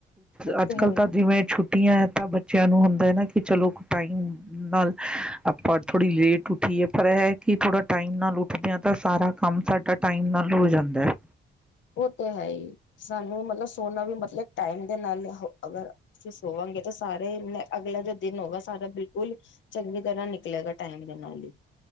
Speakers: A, on the left; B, in the centre.
A: ਉਹ
B: ਅੱਜ
A: ਤੇ
B: ਕੱਲ੍ਹ
A: ਹੈ
B: ਤਾਂ ਜਿਵੇਂ ਛੁੱਟੀ ਤਾਂ ਬੱਚਿਆਂ ਨੂੰ ਹੁੰਦਾ ਹੈ ਨਾ ਕਿ ਚਲੋ ਟਾਈਮ ਨਾਲ ਆਪਾਂ ਥੋੜ੍ਹੀ ਲੇਟ ਉੱਠੀਏ ਪਰ ਇਹ ਕਿ ਥੋੜਾ ਟਾਈਮ ਨਾਲ ਉੱਠਦੇ ਹਾ ਤਾਂ ਸਾਰਾ ਕੰਮ ਸਾਡਾ ਟਾਈਮ ਨਾਲ ਹੋ ਜਾਂਦਾ ਹੈ।
A: ਉਹ ਤੇ ਹੈ ਹੀ ਸਾਨੂੰ ਮਤਲਬ ਸੋਨਾ ਵੀ ਮਤਲਬ ਟਾਈਮ ਦੇ ਨਾਲ ਅਗਰ ਅਸੀਂ ਸੋਵਾਂਗੇ ਤਾਂ ਸਾਰੇ ਮੈਂ ਅਗਲੇ ਦਿਨ ਹੋਗਾ ਸਾਰਾ ਬਿਲਕੁਲ ਚੰਗੀ ਤਰ੍ਹਾਂ ਨਿਕਲੇਗਾ ਟਾਈਮ ਦੇ ਨਾਲ ਹੀ।